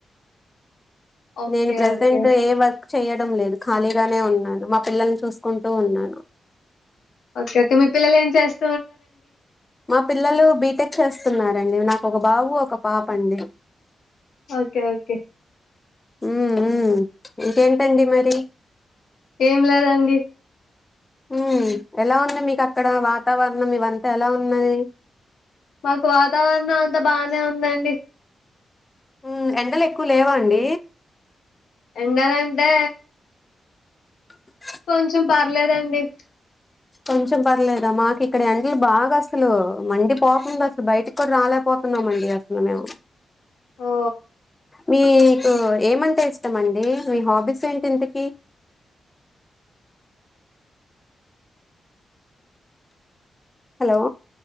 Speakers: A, on the left (about 75°); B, on the left (about 20°).
A: ఓకే
B: నేను ప్రెసెంట్
A: ఓకే
B: ఏ వర్క్ చేయడం లేదు ఖాళీగానే ఉన్నాను మా పిల్లల్ని చూసుకుంటూ ఉన్నాను
A: ఓకే ఓకే మీ పిల్లలు ఏం చేస్తారు
B: మా పిల్లలు బీటెక్ చేస్తున్నారండి నాకు ఒక బాబు ఒక పాప అండి
A: ఓకే ఓకే
B: మ్మ్ మ్మ్ ఇంకేంటండి మరి
A: ఏం లేదండి
B: మ్మ్ ఎలా ఉంది మీకు అక్కడ వాతావరణం ఇవంతా ఎలా ఉన్నయి
A: మాకు వాతావరణం అంతా బానే ఉందండి
B: ఉమ్ ఎండలు ఎక్కువ లేవా అండి
A: ఎండాలు అంటే
B: <inaudible>
A: కొంచెం పర్లేదండి
B: కొంచెం పర్లేదా మాకు ఇక్కడ ఎండలు బాగా అసలు మండి పోకుండా అసలు బయటకి కూడా రాలేపోతున్నామండి అసలు మేము
A: ఓ
B: మీకు ఏమంటె ఇస్తామండి మీ హాబీస్ ఏంటి ఇంతకి హలో